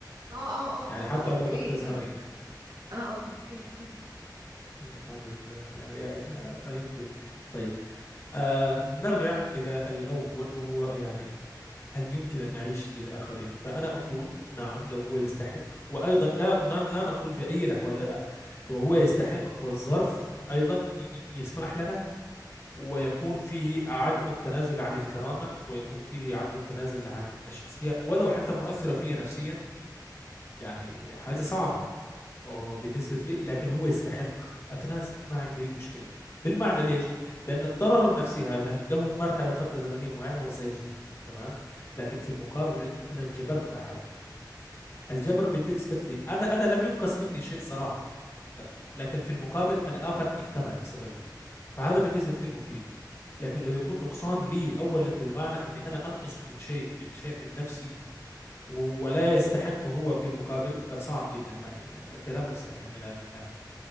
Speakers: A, on the right (about 65°); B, on the left (about 35°).
A: اه اه اه
B: يعني
A: اه
B: حتى
A: اه اوكي
B: ولو لم تزهرين
A: <laughs> اه اه اوكي اوكي
B: الحمد لله يا- يا- فهمت طيب آه نرجع إلى الأول وهو يعني هل يمكن أن نعيش للآخرين فأنا أقول نعم لو هو يستحق وأيضا لا لا نقول في أي الأحوال لا لو هو يستحق والظرف أيضا ي- يسمح لنا ويكون فيه عدم التنازل عن الكرامة ويكون فيه عدم التنازل عن الشخصية ولو حتى مؤثرة فيا نفسيا يعني حاجة صعبة اه بالنسبة لي لكن هو يستحق أتنازل ما عندي أي مشكلة بالمعنى ليش؟ لأن الضرر النفسي هذا له مرحلة وفترة زمنية معينة وسيزول تمام لكن في المقابل أنا جبرت أحد الجبر بالنسبة لي أنا أنا لم ينقص مني شيء صراحة تمام؟ لكن في المقابل الآخر اكتمل بسببي فهذا بالنسبة لي مفيد لكن لو يكون نقصان لي أولا بالمعنى أني أنا أنقص من شيء من شيء من نفسي ولا يستحق هو في المقابل فصعب جدا يعني كلامك صحيح من هذه الناحية